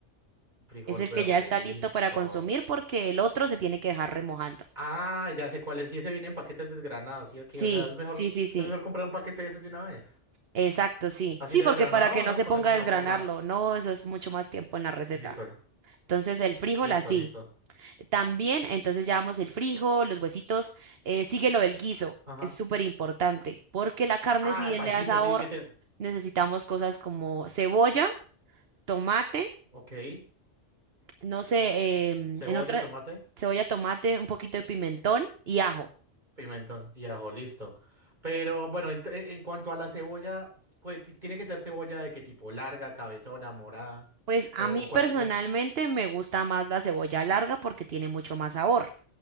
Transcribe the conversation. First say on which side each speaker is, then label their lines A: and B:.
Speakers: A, on the right; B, on the right.
A: Frijol
B: Es el
A: verde,
B: que ya está
A: listo.
B: listo para consumir porque el otro se tiene que dejar remojando.
A: Ah, ya sé cuál es. Y ese viene en paquetes desgranados, sí, ok.
B: Sí,
A: O sea, es mejor,
B: sí, sí, sí.
A: es mejor comprar un paquete de esos de una vez.
B: Exacto, sí.
A: Así
B: Sí,
A: ya
B: porque
A: desgranado,
B: para que no
A: ¿no?
B: se
A: Con
B: ponga
A: eso me
B: a desgranarlo,
A: ahorro la.
B: no, eso es mucho más tiempo en la receta.
A: Listo.
B: Entonces el frijol
A: Listo,
B: así.
A: listo.
B: También, entonces llevamos el frijol, los huesitos, eh, sigue lo del guiso.
A: Ajá.
B: Es súper importante porque la carne,
A: Ah,
B: si bien
A: palguiso,
B: le da sabor,
A: sí, que te.
B: necesitamos cosas como cebolla, tomate,
A: Ok.
B: no sé, em,
A: Cebolla,
B: en otra,
A: tomate.
B: cebolla, tomate, un poquito de pimentón y ajo.
A: Pimentón y ajo, listo. Pero bueno, en, en cuanto a la cebolla, pues ti- tiene que ser cebolla de qué tipo, larga, cabezona, morada
B: Pues a
A: o,
B: mí
A: o cualquier.
B: personalmente
A: o-
B: me gusta más la cebolla larga porque tiene mucho más sabor.